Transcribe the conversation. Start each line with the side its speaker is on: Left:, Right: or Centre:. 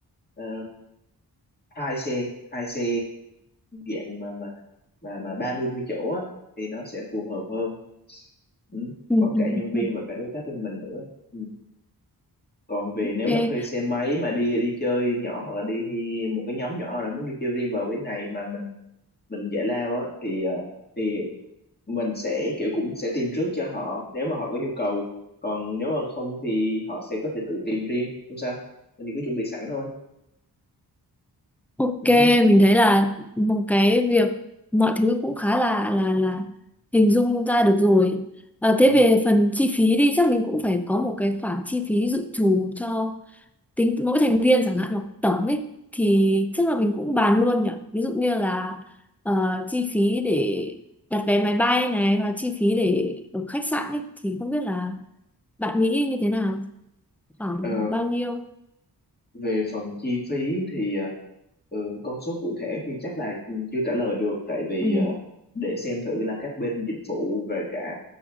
Left: ờ, hai xe hai xe dạng mà mà mà mà 30 mươi mươi chỗ á thì nó sẽ phù hợp hơn. Ừ.
Centre: ừ,
Left: Có
Centre: ừ,
Left: cả nhân viên
Centre: ừ.
Left: và cả đối tác bên mình nữa. Ừ. Còn về
Centre: Ok.
Left: nếu mà thuê xe máy mà đi đi chơi nhỏ hoặc là đi một cái nhóm nhỏ nào đó muốn đi chơi riêng vào cái ngày mà mình mình giải lao á thì ờ, thì mình sẽ kiểu cũng sẽ tìm trước cho họ nếu mà họ có nhu cầu còn nếu mà không thì họ sẽ có thể tự tìm riêng không sao mình thì cứ chuẩn bị sẵn thôi
Centre: Ok,
Left: Ừ hứ.
Centre: mình thấy là một cái việc mọi thứ cũng khá là là là hình dung ra được rồi. Ờ, thế
Left: Ừ.
Centre: về phần chi phí đi, chắc mình cũng phải có một cái khoản chi phí dự trù cho tính mỗi thành viên chẳng hạn hoặc tổng ấy thì chắc là mình cũng bàn luôn nhỉ. Ví dụ như là ờ, chi phí để đặt vé máy bay này và chi phí để ở khách sạn ấy thì không biết là bạn nghĩ như thế nào, khoảng
Left: Ờ,
Centre: bao nhiêu?
Left: Về phần chi phí thì ờ, ừ, con số cụ thể thì chắc là chưa trả lời được tại vì
Centre: Ừ.
Left: ờ, để xem thử là các bên dịch vụ và cả